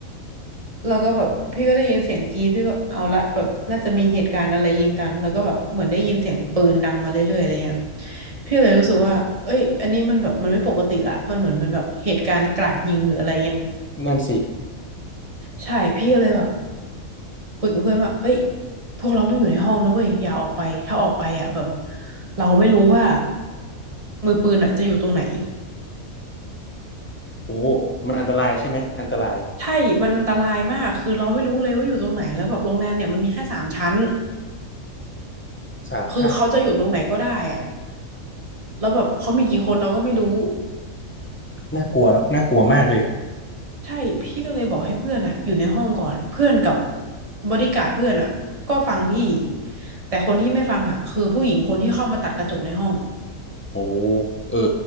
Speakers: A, on the right; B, on the left.
A: แล้วก็แบบพี่ก็ได้ยินเสียงกรี๊ดพี่ก็เอาละแบบน่าจะมีเหตุการณ์อะไรยิงกันแล้วก็แบบเหมือนได้ยินเสียงปืนดังมาเรื่อยๆอะไรเงี้ยพี่เลยรู้สึกว่าเอ้ยอันนี้มันแบบมันไม่ปกติละมันเหมือนเป็นแบบเหตุการณ์กราดยิงหรืออะไรเงี้ย
B: นั่นสิ
A: ใช่พี่ก็เลยแบบคุยกับเพื่อนว่าเอ้ยพวกเราต้องอยู่ในห้องนะเว้ยอย่าออกไปถ้าออกไปอ่ะแบบเราไม่รู้ว่ามือปืนอ่ะจะอยู่ตรงไหน
B: โอ้มันอันตรายใช่ไหมอันตราย
A: ใช่มันอันตรายมากคือเราไม่รู้เลยว่าอยู่ตรงไหนแล้วแบบโรงแรมเนี่ยมันมีแค่สามชั้น
B: สามชาติ
A: คือเขาจะอยู่ตรงไหนก็ได้อ่ะแล้วแบบเขามีกี่คนเราก็ไม่รู้
B: น่ากลัวเนาะน่ากลัวมากเลย
A: ใช่พี่ก็เลยบอกให้เพื่อนอ่ะอยู่ในห้องก่อนเพื่อนกับบอดี้การ์ดเพื่อนอ่ะก็ฟังพี่แต่คนที่ไม่ฟังอ่ะคือผู้หญิงคนที่เข้ามาตัดกระจกในห้อง
B: โอ้เออ